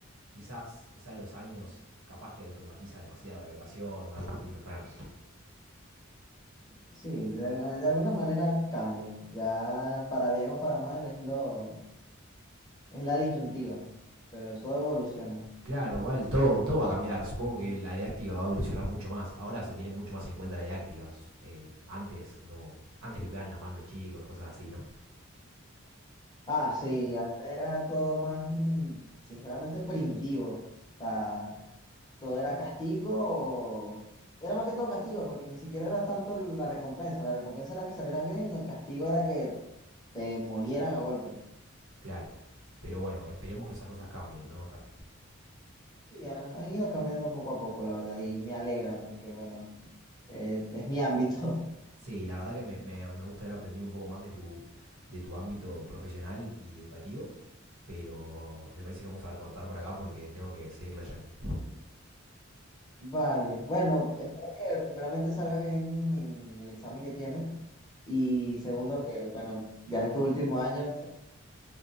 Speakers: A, on the right; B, on the left.
A: Quizás, quizás los años capaz que automatiza demasiado la educación o algo así, no sabemos.
B: Sí, de, de alguna manera cambia. Ya para bien o para mal es lo, es la disyuntiva, pero todo evoluciona.
A: Claro, igual todo, todo va a cambiar. Supongo que la didáctica va a evolucionar mucho más. Ahora se tiene mucho más en cuenta la didáctica. Eh, antes no, antes le pegaban la mano a los chicos, cosas así, ¿no?
B: Ah, sí, antes era todo más, mm, sinceramente, primitivo. O sea, todo era castigo o... Era más que todo castigo, porque ni siquiera era tanto el- la recompensa. La recompensa era que salieras bien y el castigo era que te molieran a golpes.
A: Claro. Pero bueno, esperemos que esas cosas cambien, ¿no, Oscar?
B: Sí, han, han ido cambiando poco a poco, la verdad, y me alegra porque, bueno, eh, es mi ámbito.
A: Sí, la verdad que me, me- me gusta haber aprendido un poco más de tu, de tu ámbito profesional y educativo, pero me parece que vamos a cortar por acá porque tengo que seguir leyendo.
B: Vale, bueno, espero que primeramente salgas bien en el examen que tienes y segundo que, bueno, ya en tu último año, te-